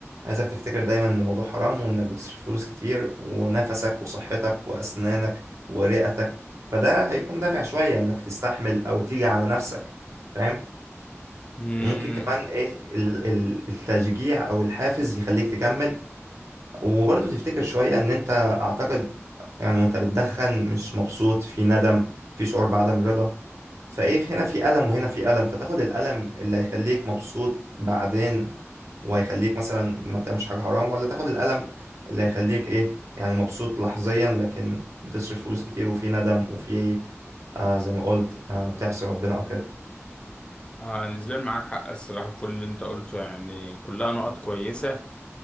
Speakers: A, on the right (about 75°); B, on the left (about 20°).
A: عايزك تفتكر دايما ان الموضوع حرام وانك بتصرف فلوس كتير ونفسك وصحتك واسنانك ورئتك فده هيكون دافع شوية انك تستحمل او تيجي على نفسك فاهم
B: مم.
A: ممكن كمان ايه ال- ال- التشجيع او الحافز يخليك تكمل وبرضه تفتكر شوية ان انت اعتقد يعني وانت بتدخن مش مبسوط في ندم في شعور بعدم رضا فايه في- هنا في ألم وهنا في ألم فتاخد الألم اللي هيخليك مبسوط بعدين وهيخليك مثلا ما تعملش حاجة حرام ولا تاخد الألم اللي هيخليك ايه يعني مبسوط لحظيا لكن بتصرف فلوس كتير وفي ندم وفي آه زي ما قلت آه بتعصي ربنا او كده
B: آه نسبيا معاك حق الصراحة في كل اللي انت قلته يعني كلها نقط كويسة